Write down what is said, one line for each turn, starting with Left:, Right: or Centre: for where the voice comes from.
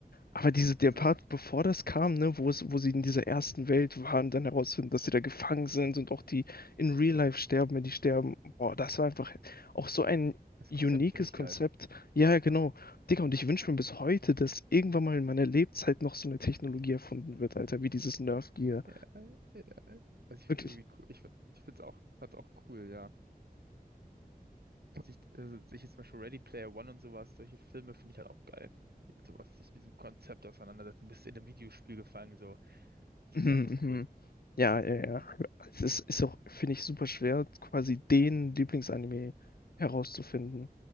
Left: Aber diese, der
Right: So.
Left: Part, bevor das kam, ne, wo es, wo sie in dieser ersten Welt waren, dann herausfinden, dass sie da gefangen sind und auch die in Real Life sterben, wenn die sterben. Boah, das war einfach auch so ein
Right: Das
Left: uniques
Right: Konzept finde ich
Left: Konzept.
Right: geil.
Left: Ja, ja, genau.
Right: Ja.
Left: Digga, und ich wünsche mir bis heute, dass irgendwann mal in meiner Lebenszeit noch so eine Technologie erfunden wird, Alter, wie dieses Nerf Gear.
Right: Ja, ja. Also ich finde
Left: Wirklich.
Right: es irgendwie cool. Ich, find- ich finde es auch, fand's auch cool, ja. Sich, also sich jetzt zum Beispiel Ready Player One und sowas, solche Filme finde ich halt auch geil. Die Mit sowas, sich mit diesem Konzept auseinandersetzen. Du bist in einem Videospiel gefangen, so. Finde
Left: Mhm,
Right: ich einfach
Left: mhm.
Right: cool.
Left: Ja, ja, ja.
Right: Ja,
Left: Es ist, ist auch, finde ich, super schwer, quasi den Lieblingsanime herauszufinden.